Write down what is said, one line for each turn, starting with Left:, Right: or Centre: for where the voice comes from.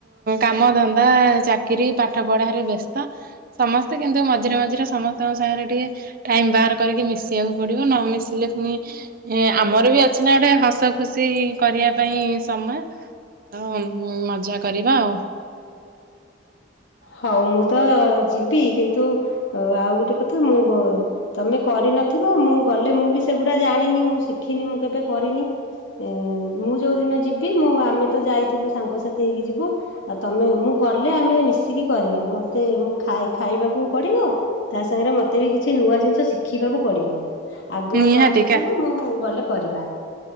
Right: କାମ, ଧନ୍ଦା, ଚାକିରି, ପାଠ ପଢ଼ାରେ ବ୍ୟସ୍ତ। ସମସ୍ତେ କିନ୍ତୁ, ମଝିରେ ମଝିରେ ସମସ୍ତଙ୍କ ସାଙ୍ଗରେ ଟିକେ ଟାଇମ୍ ବାହାର କରିକି ମିଶିବାକୁ ପଢ଼ିବ। ନ ମିିଶିଲେ ଫୁଣି ଏ ଆମର ବି ଅଛି ନା ଗୋଟେ? ହସ ଖୁସି କରିବା ପାଇଁ ସମୟ। ହଁ। ମଜା କରିବା ଆଉ।
Left: ହଉ ମୁଁ ତ ଯିବି। କିନ୍ତୁ, ଆଉ ଗୋଟେ କଥା ମୁଁ ତମେ କରି ନଥିବ। ମୁଁ ଗଲେ। ମୁଁ ବି ସେଗୁଡ଼ା ଜାଣିନି। ମୁଁ ଶିଖିନି। ମୁଁ କେବେ କରିନି। ଉଁ ମୁଁ ଯୋଉ ଦିନ ଯିବି‌ ମୁଁ ଆମେ ତ ଯାଇଥିବୁ ସାଙ୍ଗ ସାଥୀ ହେଇକି ଯିବୁ। ଆଉ ତମେ ମୁଁ ଗଲେ ଆମେ ମିଶିକି କରିବା। ମତେ ମୁଁ ଖାଏ ଖାଇବାକୁ ପଡିବ। ତା ସାଙ୍ଗେରେ ମତେ ବି କିଛି ନୂଆ ଜିନିଷ ଶିଖିବାକୁ ପଡିବ। ଆଗୁଆ
Right: ନିହାତିକା
Left: କରି ନଥିବ ମୁଁ ଗଲେ କରିବା।